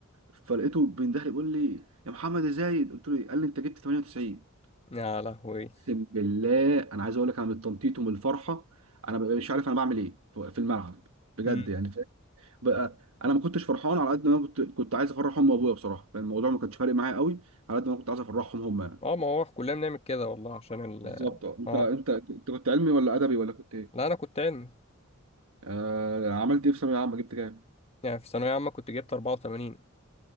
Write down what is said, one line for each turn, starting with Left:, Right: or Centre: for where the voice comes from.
Right: فلقيته بيندهلي بيقول لي يا محمد ازاي قلت له إيه؟ قال لي انت جبت 98
Left: يا لهوي
Right: اقسم بالله انا عايز اقول لك انا من التنطيط ومن الفرحه انا ببقى مش عارف انا بعمل ايه في في الملعب بجد
Left: امم
Right: يعني بقى انا ما كنتش فرحان على قد ما أنا كنت كنت عايز افرح امي وابويا بصراحه يعني الموضوع ما كانش فارق معايا قوي على قد ما أنا كنت عايز افرحهم هم يعني
Left: اه ما هو كلنا بنعمل كده والله عشان ال
Right: بالظبط اه انت
Left: اه
Right: انت انت كنت علمي ولا ادبي ولا كنت ايه؟
Left: لا انا كنت علمي
Right: آه عملت ايه في ثانويه عامه جبت كام؟
Left: يعني في ثانويه عامه كنت جبت 84